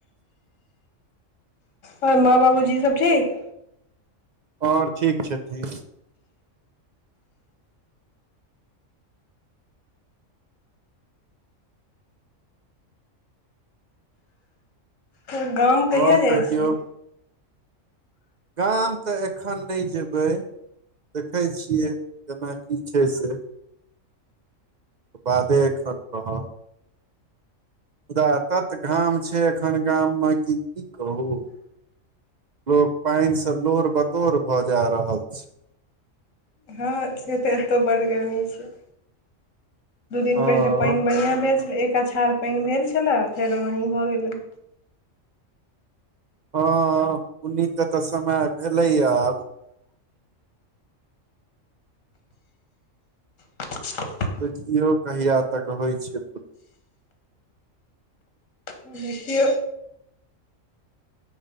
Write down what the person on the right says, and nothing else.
आओर ठीक छथि ठन
और
कहियौ
गाम तऽ एखन नहि जेबै देखै छियै केना की छै से ओ बादे एखन कहब मुदा तत घाम छै एखन गाममे कि की कहू लोग पान से लोर बतोर भ जा रहल छै
हँ
हँ पुन्नीके तऽ समय भेलैए आब
देखियौ कहिया तक होइ छै